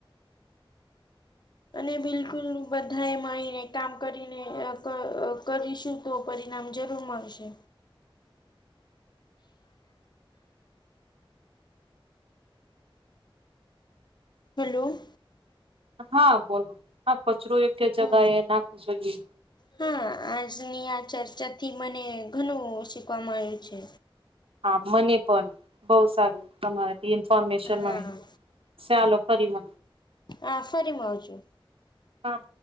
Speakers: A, on the left; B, on the right.
A: અને બિલકુલ બધાએ મળીને કામ કરીને અક અક કરીશું. તો પરિણામ જરૂર મળશે. હલો.
B: હા બોલો, હા કચરો યોગ જગા
A: હા
B: એ નાખ જોઈએ.
A: હા, આજની આ ચર્ચા થી મને ઘનું સીખવા મળ્યુ છે.
B: હા મને પન, બઉ સારુ. તમારી ઇન્ફમેશન
A: હા
B: મળી, ચાલો ફરી મ
A: આ ફરી મવઉ જુ.
B: હા.